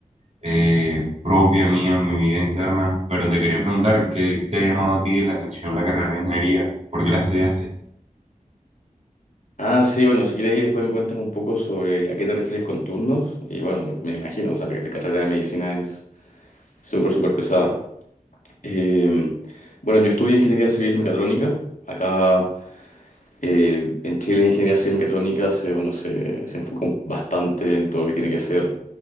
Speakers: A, on the right (about 50°); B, on the left (about 65°).
A: eh, propia mía, en mi vida interna, pero te quería preguntar, ¿qué te ha llamado a ti la atención la carrera de ingeniería? ¿Por qué la estudiaste?
B: Ah, sí, bueno, si quieres ir después me cuentas un poco sobre a qué te refieres con turnos. Y bueno, me imagino, o sea, la, la carrera de medicina es súper, súper pesada. Eh, bueno, yo estudié ingeniería civil mecatrónica. Acá eh, en Chile, ingeniería civil mecatrónica se, bueno, se, se enfoca bastante en todo lo que tiene que ser